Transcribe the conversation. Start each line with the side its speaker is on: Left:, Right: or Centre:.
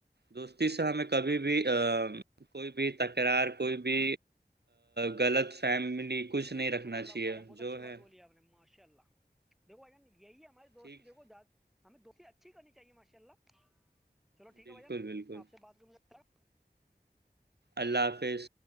Right: دوستی سے ہمیں کبھی بھی ا کوئی بھی تکرار کوئی بھی غلط فیملی
Centre: جی ماشء
Right: کچھ
Centre: اللہح
Right: نہیں رکھنا
Centre: اللہ
Right: چاہیے
Centre: بہت اچھی
Right: جو
Centre: بات
Right: ہے
Centre: بولی آپ نے ماشاء اللہ دیکھو اجان یہی ہماری دوستی
Right: ٹھیک
Centre: دیکھو داد ہمیں دوستی اچھی کرنی چاہیے ماشاء اللہ چلو ٹھیک
Right: بالکل
Centre: ہے بھائیان
Right: بالکل
Centre: آپ سے بات کروں مجھے
Right: اللہ حافظ